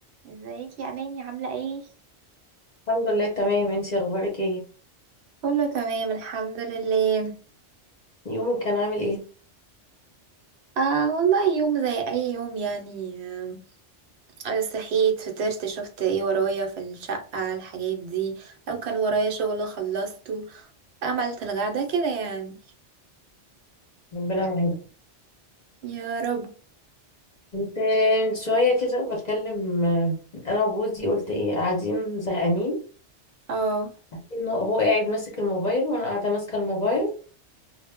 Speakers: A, on the right; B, on the left.
A: ازيك يا اماني عامله ايه
B: الحمد لله تمام انتي اخبارك ايه
A: كله تمام الحمد لله
B: يومك كان عامل ايه
A: آه والله يوم زي اي يوم يعني آه آه، صحيت فطرت شفت ايه ورايا في الشقة الحاجات دي لو كان ورايا شغل خلصته عملت الغدا كده يعني
B: ربنا معاك
A: يا رب
B: كنت شويه كده بتكلم آه، انا وجوزي قلت ايه قاعدين زهقانين
A: اه
B: إنه هو قاعد ماسك الموبايل وانا قاعده ماسكه الموبايل